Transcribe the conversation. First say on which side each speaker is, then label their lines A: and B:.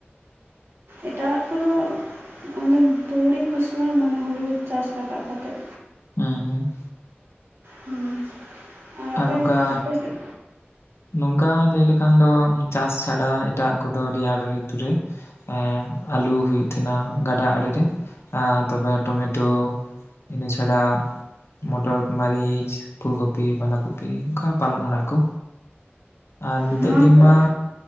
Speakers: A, on the right; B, on the left.
A: ᱮᱴᱟᱼᱟᱜ ᱠᱚᱫᱚ ᱚᱱᱮ ᱛᱩᱲᱤ ᱠᱷᱚᱥᱞᱟ ᱢᱟᱱᱮ ᱦᱩᱲᱩ ᱪᱟᱥ ᱨᱟᱠᱟᱵ ᱠᱟᱛᱮᱜ
B: ᱦᱩᱸ ᱦᱩᱸ
A: ᱦᱩᱸ ᱟᱨ ᱟᱯᱮ
B: ᱟᱨ ᱱᱚᱝᱠᱟ
A: ᱟᱯᱮ ᱥᱮᱫ
B: ᱱᱚᱝᱠᱟ ᱞᱟᱹᱭ ᱞᱮᱠᱷᱟᱱ ᱫᱚ ᱪᱟᱥ ᱪᱷᱟᱰᱟ ᱮᱴᱟᱜ ᱠᱚᱫᱚ ᱨᱮᱭᱟᱲ ᱨᱤᱛᱩ ᱨᱮ ᱮᱸ ᱟᱞᱩ ᱦᱩᱭᱩᱜ ᱛᱟᱦᱮᱸᱱᱟ ᱜᱟᱰᱟ ᱟᱲᱮ ᱨᱮ ᱮ ᱛᱚᱵᱮ ᱴᱚᱢᱮᱴᱳ ᱤᱱᱟᱹ ᱪᱷᱟᱲᱟ ᱢᱚᱴᱚᱨ ᱢᱟᱹᱨᱤᱪ ᱯᱷᱩᱞᱠᱚᱯᱤ ᱵᱟᱫᱟᱸ ᱠᱚᱯᱤ ᱚᱱᱠᱟ ᱯᱟᱞᱚᱱ ᱟᱲᱟᱜ ᱠᱚ ᱟᱨ ᱱᱤᱛᱚᱜ
A: ᱱᱚᱣᱟ
B: ᱫᱤᱱ
A: ᱠᱚ
B: ᱢᱟ